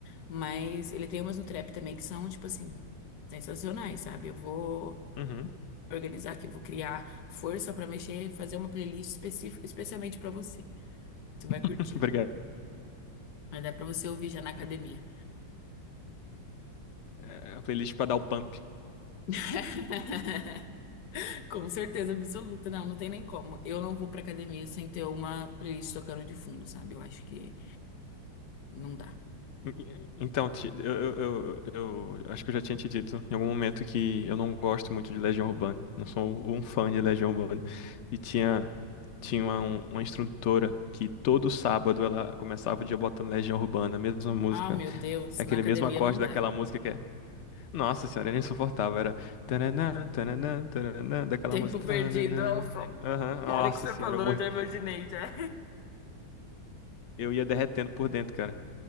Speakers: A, on the left; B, on the left.
A: mas ele tem umas no trap também que são, tipo assim, sensacionais, sabe? Eu vou
B: Uhum.
A: organizar aqui, eu vou criar força pra mexer e fazer uma playlist específica, especialmente pra você. Você vai curtir.
B: <laughs> Obrigado.
A: Vai dar pra você ouvir já na academia.
B: É, é a playlist pra dar o pump.
A: <laughs> Com certeza absoluta, não, não tem nem como. Eu não vou pra academia sem ter uma playlist tocando de fundo, sabe? Eu acho que não dá.
B: En- Então, Ti- eu, eu, eu, eu- acho que eu já tinha te dito em algum momento que eu não gosto muito de Legião Urbana. Não sou um fã de Legião Urbana. E tinha, tinha uma, um- uma instrutora que todo sábado ela começava o dia botando Legião Urbana, a mesma música,
A: Ah, meu Deus,
B: aquele
A: na academia
B: mesmo acorde
A: não dá.
B: daquela música que é. Nossa senhora, era insuportável. Era. Tananã, tananã, tananã, daquela
A: Tempo
B: música.
A: perdido,
B: tananana.
A: Alfa.
B: Aham,
A: Cara
B: nossa
A: que você
B: senhora,
A: falou,
B: eu, mor-
A: já imaginei, já.
B: eu ia derretendo por dentro, cara.